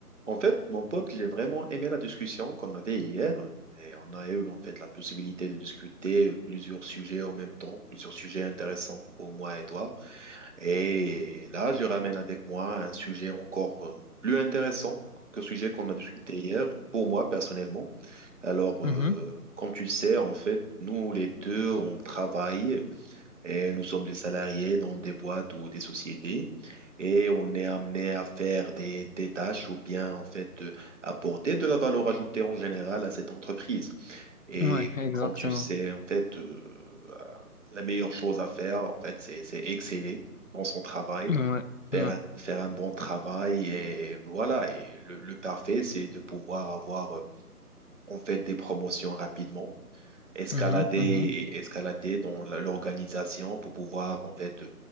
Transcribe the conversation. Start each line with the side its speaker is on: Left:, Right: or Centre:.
Right: En fait, mon pote, j'ai vraiment aimé la discussion qu'on avait hier. Et on a eu en fait la possibilité de discuter plusieurs sujets en même temps, plusieurs sujets intéressants pour moi et toi. Et là, je ramène avec moi un sujet encore euh, plus intéressant que le sujet qu'on a discuté hier, pour moi personnellement. Alors,
Left: Mhm.
Right: euh, comme tu le sais, en fait, nous les deux, on travaille. Et nous sommes des salariés dans des boîtes ou des sociétés et on est amené à faire des, des tâches ou bien en fait euh, apporter de la valeur ajoutée en général à cette entreprise. Et
Left: Ouais, exactement.
Right: comme tu sais, en fait, euh, la meilleure chose à faire, en fait, c'est, c'est exceller dans son travail,
Left: Ouais,
Right: faire
Left: ouais.
Right: un, faire un bon travail et voilà. Et le, le parfait, c'est de pouvoir avoir euh, en fait des promotions rapidement escalader,
Left: Mhm, mhm.
Right: escalader dans la- l'organisation pour pouvoir en fait euh,